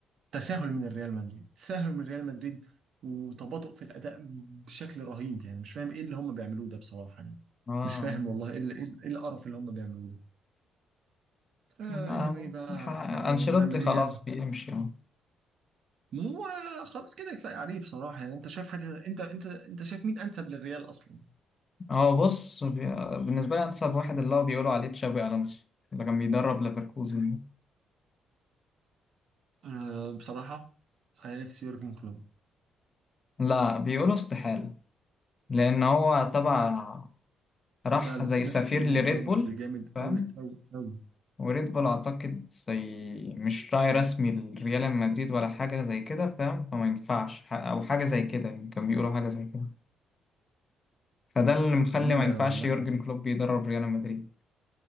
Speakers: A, on the right; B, on the left.
A: تساهل من الريال مدريد تساهل من ريال مدريد وتباطؤ في الأداء بشكل رهيب يعني مش فاهم ايه اللي هم بيعملوه ده بصراحة يعني
B: <laughs> اه
A: مش فاهم والله ايه ال- إيه ال- إيه القرف اللي هم بيعملوه ده آه
B: ما-
A: anyway بقى
B: ح-
A: احنا
B: أنشيلوتي
A: نعمل
B: خلاص
A: ايه يعني
B: بيمشي
A: ما هو خلاص كده كفاية عليه بصراحة يعني انت شايف حاجة انت انت انت شايف مين انسب للريال اصلا
B: هو بص بي- بالنسبة لي أنسب واحد اللي هو بيقولوا عليه تشابي ألونسو اللي كان بيدرب ليفركوزن ده.
A: انا بصراحة انا نفسي يورجن كلوب
B: لا بيقولوا استحالة لأن هو تبع راح
A: لا لا
B: زي
A: نفسي
B: سفير
A: يورجن
B: لريد
A: كلوب
B: بول
A: بجامد
B: فاهم
A: قوي قوي قوي
B: وريد بول أعتقد زي مش راعي رسمي لريال مدريد ولا حاجة زي كده فاهم فما ينفعش ح- أو حاجة زي كده يعني كان بيقولوا حاجة زي كده فده اللي مخلي
A: يا عم
B: ما ينفعش
A: والله
B: يورجن كلوب يدرب ريال مدريد